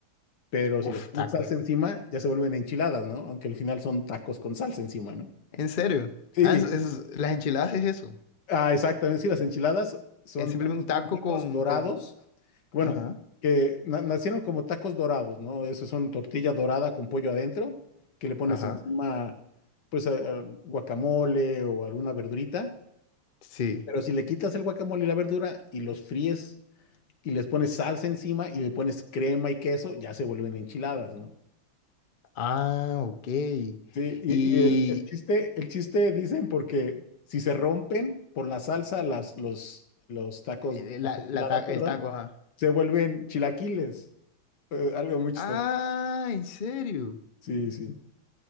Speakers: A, on the left (about 60°); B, on the left (about 80°).
A: pero
B: Uf,
A: si les pones
B: tacos.
A: salsa encima, ya se vuelven enchiladas, ¿no? Aunque al final son tacos con salsa encima, ¿no?
B: ¿En serio?
A: Sí,
B: Ah, eso- eso es- las enchiladas es eso,
A: Ah, exactamente, sí, las enchiladas son,
B: es simplemente un taco
A: son tacos
B: con,
A: dorados,
B: con...
A: bueno,
B: Ajá,
A: que na- nacieron como tacos dorados, ¿no? Eso son tortilla dorada con pollo adentro, que le pones
B: ajá.
A: encima, pues, a- a guacamole o alguna verdurita,
B: Sí.
A: pero si le quitas el guacamole y la verdura y los fríes y les pones salsa encima y le pones crema y queso, ya se vuelven enchiladas, ¿no?
B: Ah, ok.
A: Sí, y,
B: Y
A: y el, el chiste, el chiste dicen porque si se rompen por la salsa, las, los, los tacos,
B: eh,
A: las
B: la,
A: enchiladas,
B: la ta- el
A: perdón,
B: taco, ajá.
A: se vuelven chilaquiles. Eh, algo muy chistoso.
B: Ah, ¿en serio?
A: Sí, sí.